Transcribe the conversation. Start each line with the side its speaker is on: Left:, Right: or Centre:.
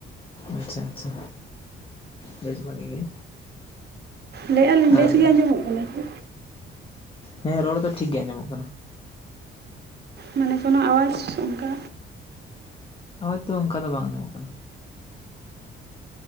Left: ᱟᱪᱪᱷᱟ ᱟᱪᱪᱷᱟ ᱵᱮᱥ ᱵᱷᱟᱜᱤ ᱜᱮ
Right: ᱞᱟᱹᱭᱮᱫᱼᱟ ᱞᱤᱧ ᱵᱮᱥ
Left: ᱟᱨ
Right: ᱜᱮ ᱟᱸᱡᱚᱢᱚᱜ ᱠᱟᱱᱟ ᱥᱮ
Left: ᱦᱮᱸ ᱨᱚᱲ ᱫᱚ ᱴᱷᱤᱠ ᱜᱮᱭᱟ ᱟᱸᱡᱚᱢᱚᱜ ᱠᱟᱱᱟ
Right: ᱢᱟᱱᱮ ᱠᱳᱱᱳ ᱟᱣᱟᱡᱽ ᱚᱱᱠᱟ
Left: ᱦᱚᱭ ᱛᱚ ᱚᱱᱠᱟ ᱫᱚ ᱵᱟᱝ ᱟᱸᱢᱚᱜ ᱠᱟᱱᱟ